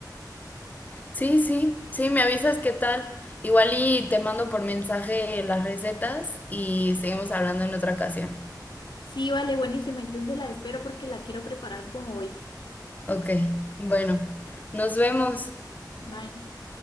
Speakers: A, on the left (about 20°); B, on the left (about 80°).
A: Sí, sí, sí, me avisas qué tal. Igual y te mando por mensaje las recetas y seguimos hablando en otra ocasión.
B: Sí, vale, buenísimo. Entonces la espero porque la quiero preparar como hoy.
A: Ok, bueno, nos vemos.
B: Bye.